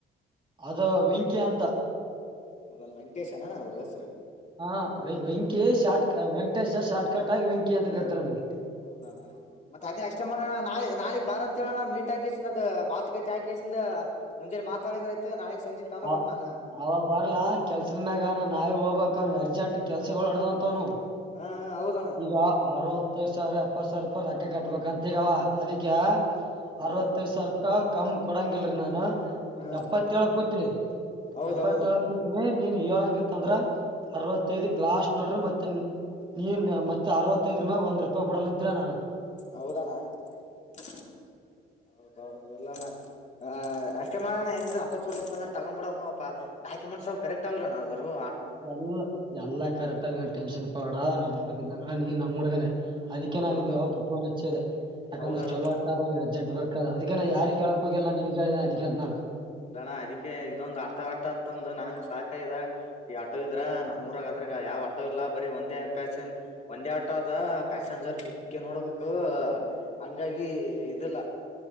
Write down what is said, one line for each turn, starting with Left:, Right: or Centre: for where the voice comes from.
Right: ಅದ ವೆಂಕಿ ಅಂತಾ.
Left: ಹೌದೊನ್ ವೆಂಕಟೇಶ ಅನಣ್ಣ ಅವ್ರ ಹೆಸರ.
Right: ಹಾ ವೆಂಕಿ ಶಾಟ ಕ ವೆಂಕಟೇಶ್ ಶಾಟ್ ಕಟ್ ಆಗಿ ವೆಂಕಿ ಅಂತ ಕರಿರ್ತಾರೆ ಅವನ್ಗೆ.
Left: ಹೌದಣ ಮತ್ತ ಅದ ಅಷ್ಟೇ ಮಾಡೋಣ ನಾಳೆ ನಾಳಗ್ ಬಾರ ಅಂತ. ಮತ್ತೇಣ ಮೀಟ್ ಆಗಸಿಂದ ಮಾತುಕತೆ ಆಗಿ ಕಾಸಿಂದ ಮುಂಜೆಲಿ ಮಾತಾಡಿದ್ರತ ನಾಳೆಗೆ ಸಂಜಿ ತಂದ
Right: ಅ
Left: ಬಿಡತ್ತನಾ
Right: ಅವ ಬರ್ಲಾ ಕೆಲ್ಸದ ಮ್ಯಾಗಾ ನಾ ನಾಳೆ ಹೋಗ್ಬೇಕ ಅವನ ಅರ್ಜೆಂಟ್ ಕೆಲ್ಸಗಳು ಅಡ್ದಂತವನು.
Left: ಹಾ ಹೌದಣ.
Right: ಈಗ ಅರವತ್ತೈದ ಸಾವಿರ ಎಪ್ಪತ್ತ ಸಾವಿರ ರೂಪಾಯಿ ರಾಕಿ ಕಟ್ಬೇಕಂತ ಈಗವ ಅದಕ್ಕೆ ಅರವತ್ತೈದ್
Left: ಹಾ
Right: ಸಾವರೂಪಾಯಿ ಕಮ್ ಕೊಡಂಗಿಲ್ರಿ ನಾನು.
Left: ಹಾ
Right: ಎಪ್ಪತ್ತೇಳ ಕೂತನಿ
Left: ಹೌದೌದು
Right: ಎಪ್ಪತ್ತೇಳಕ್. <unintelligible> ನೀನ್ ಏಳಂಗಿತ್ ಅಂದ್ರ ಅರವತ್ತೈದಕ್ ಲಾಸ್ಟ್ ನೋಡ್ರಿ ಮತ ಇನ್ನ <inaudible> ನೀನ್ ಮತ್ತ ಅರವತ್ತಐದರ ಮ್ಯಾಲ್ ಒಂದ ರೂಪಾಯಿ ಬಿಡ ಅಂತಿಲ್ಲ ನ
Left: ಹೌದಣ್ಣ <inaudible> ಹೌದೌ ಹೌದ ಇಲ್ಲಣ್ಣ. ಆಹ್ ಅಷ್ಟಮಾಡ್ಡಣ್ಣ ಹೆಂಗ್ಇದ್ರು ಅಷ್ಟ್ ಚೋಲಇತ್ತದ್ರ ತಗಂಬಡಮೋ ಅಪ್ಪಾ ಡಾಕ್ಯುಮೆಟ್ ಸವು ಕರೆಕ್ಟ್ ಅವಲ್ಲಿನ ಅದ್ರವು.
Right: ಎಲ್ಲ ಎಲ್ಲಾ ಕರೆಕ್ಟ್ಗ ಟೆನ್ಷನ್ ಕೊಡ ಬೇಡ ನಮ್ಮ್ ಹುಡುಗದಂಗ ನೀ ನಮ್ಮ್ ಹುಡುಗನೆ. ಅದಕ್ಕೆ
Left: ಹೌದೌದಣ್ಣ
Right: ನಾ ನಿನ್ಗೆ ಅವತ್ತು ಪೋನ್ಚ್ಚಿದೆ ಯಾಕಂದ್ರೆ
Left: ಹೌದಣ್ಣ
Right: ಚಲೋ. ಅದ ಅವನಿಗೆ ಅಜಂಟ್ ಬೇಕ ಅದಕ್ಕೆ ಯಾರಿಗೆ ಹೇಳಕ ಹೋಗಲ್ಲಾ ನಿನ್ಗ ಹೇಳಿನಿ ಅದ್ಗ ಅಂತಾನ.
Left: ಇಲ್ಲಣ ಅದಕ್ಕೆ ಇದೊಂದು ಆಟ ಆಟ ಅಂತಂದ ನನಗ ಸಾಕಾಗದ. ಈ ಆಟೋ ಇದ್ರ ನಮ್ಮ ಊರಾಗ್ ಅದ್ರಾಗ ಯಾವ್ ಆಟೋ ಇಲ್ಲಾ ಬರೆ ಒಂದೇ ಪ್ಯಾಸನ್ ಒಂದೇ ಆಟೋ ಅದ ಪ್ಯಾಸೆಂಜರ್ ಚಕ್ಗೆ ನೋಡಬೇಕು. ಹಂಗಾಗಿ ಇದಿಲ್ಲಾ.